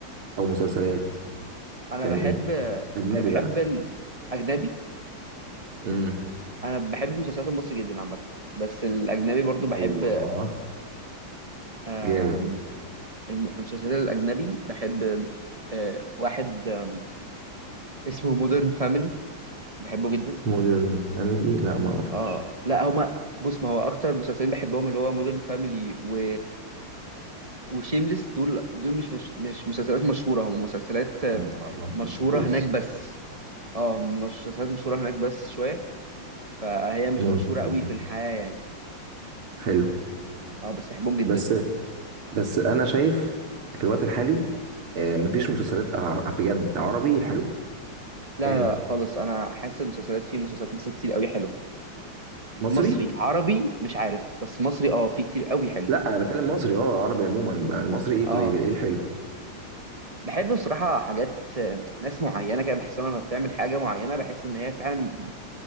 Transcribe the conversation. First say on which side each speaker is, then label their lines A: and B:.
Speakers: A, on the right (about 80°); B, on the right (about 30°).
A: او مسلسلات
B: انا
A: كان
B: بحب
A: ايه اجنبي
B: انا بحب
A: بقى
B: الاجنبي
A: امم
B: انا بحب المسلسلات المصري جدا عامه بس الاجنبي برضو بحب
A: الله
B: آم،
A: جامد
B: الم- المسلسلات الاجنبي بحب آه، واحد آم، اسمه مودرن فاميلي بحبه جدا
A: مودرن فاميلي لا ما اعرفوش
B: اه لا هما بص ما هو اكتر مسلسلين بحبهم اللي هو مودرن فاميلي و وشيمليس دول دول مش مش مش مسلسلات مشهوره هم مسلسلات آه،
A: لا ما ما أعرفوش
B: مشهوره
A: خالص
B: هناك بس اه مش مسلسلات مشهوره هناك بس شويه فهي مش
A: ممكن
B: مشهوره
A: كمان
B: قوي في الحياه يعني
A: حلو
B: اه بس بحبهم جدا
A: بس بس انا شايف في الوقت الحالي آه، مفيش مسلسلات ع- بجد عربي حلوه
B: لا
A: يعني
B: لا لا، خالص انا حاسس المسلسلات في مسلسلات مصر كتير قوي حلو
A: مصري
B: مصري عربي مش عارف بس مصري اه في كتير قوي حلو
A: لا انا بتكلم مصري اه عربي عموما المصري ايه طيب
B: اه
A: ايه الحلو
B: بحب بصراحة حاجات آه، ناس معينة كده بحس لما بتعمل حاجة معينة بحس إن هي فعلا